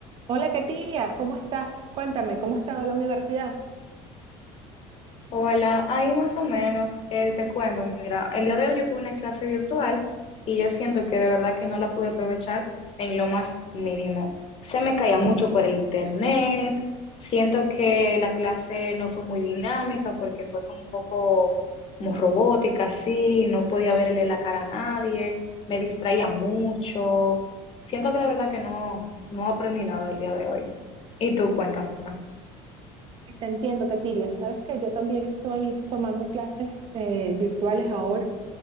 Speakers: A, on the right (about 35°); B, on the left (about 40°).
A: Hola, Katiria, ¿cómo estás? Cuéntame, ¿cómo ha estado la universidad?
B: Hola, ahí más o menos, eh, te cuento, mira, el día de hoy yo tuve una clase virtual y yo siento que de verdad que no la pude aprovechar en lo más mínimo. Se me caía mucho por el internet, siento que la clase no fue muy dinámica porque fue como un poco como robótica, así, no podía verle la cara a nadie, me distraía mucho. Siento que de verdad que no, no aprendí nada el día de hoy. Y tú, cuéntame.
A: Te entiendo, Katiria. Sabes que yo también estoy tomando clases eh, virtuales ahora.